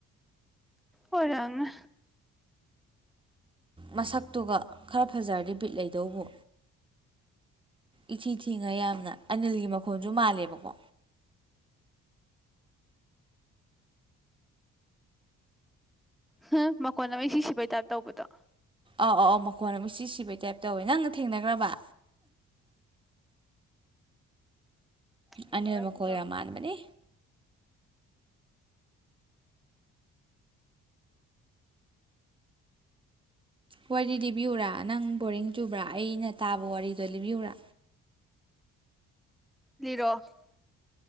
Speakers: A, in the centre; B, on the right.
A: ꯑꯣꯏꯔꯝꯅꯤ
B: ꯃꯁꯛꯇꯨꯒ ꯈꯔ ꯐꯖꯔꯗꯤ ꯕꯤꯠ ꯂꯩꯗꯧꯕꯨ ꯏꯊꯤ ꯊꯤꯉꯩ ꯌꯥꯝꯅ ꯑꯅꯤꯜꯒꯤ ꯃꯈꯣꯟꯖꯨ ꯃꯥꯜꯂꯦꯕꯀꯣ
A: ꯍꯪ ꯃꯈꯣꯟ ꯑꯃ ꯏꯁꯤ ꯁꯤꯕꯩ ꯇꯥ꯭ꯏꯞ ꯇꯧꯕꯗꯣ
B: ꯑ ꯑ ꯑꯧ ꯃꯈꯣꯟ ꯑꯃ ꯏꯁꯤ ꯁꯤ ꯁꯤꯕꯩ ꯇꯥꯏꯞ ꯇꯧꯋꯦ ꯅꯪ ꯊꯦꯡꯅꯒ꯭ꯔꯥꯕ
A: ꯊꯦꯡꯅꯒ꯭ꯔꯒꯨꯝ
B: ꯑꯅꯤꯜ ꯃꯈꯣꯟ
A: ꯇꯧ
B: ꯌꯥꯝ ꯃꯥꯟꯕꯅꯤ ꯋꯥꯔꯤ ꯂꯤꯕꯤꯎꯨꯔꯥ ꯅꯪ ꯕꯣꯔꯤꯡ ꯆꯨꯕ꯭ꯔꯥ ꯑꯩꯅ ꯇꯥꯕ ꯋꯥꯔꯤꯗꯣ ꯂꯤꯕꯤꯌꯨꯔꯥ
A: ꯂꯤꯔꯛꯑꯣ